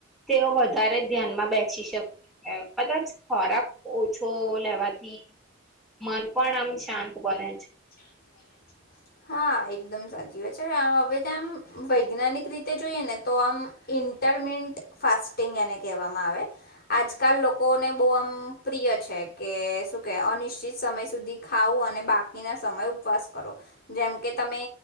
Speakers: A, in the centre; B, on the left.
A: તેઓ વધારે ધ્યાનમાં બેસી શકે છે કદાચ ખોરાક ઓછો લેવાથી મન પણ આમ શાંત બને છે
B: લે હા એકદમ સાચી હોત છે હવે ત્યાં આમ વૈજ્ઞાનિક રીતે જોઈએ ને તો આમ ઇન્ટરમિટ ફાસ્ટિંગ એને કહેવામાં આવે આજકાલ લોકોને બહુ આમ પ્રિય છે કે શું કે અનિશ્ચિત સમય સુધી ખાવું અને બાકીના સમય ઉપવાસ કરો જેમકે તમે